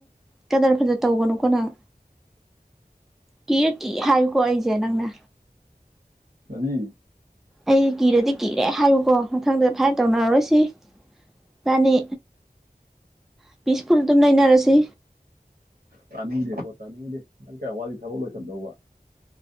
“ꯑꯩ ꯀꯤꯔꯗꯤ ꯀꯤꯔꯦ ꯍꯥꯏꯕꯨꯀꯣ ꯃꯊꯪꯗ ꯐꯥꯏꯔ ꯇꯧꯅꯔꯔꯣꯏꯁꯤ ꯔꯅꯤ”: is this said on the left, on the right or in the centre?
Centre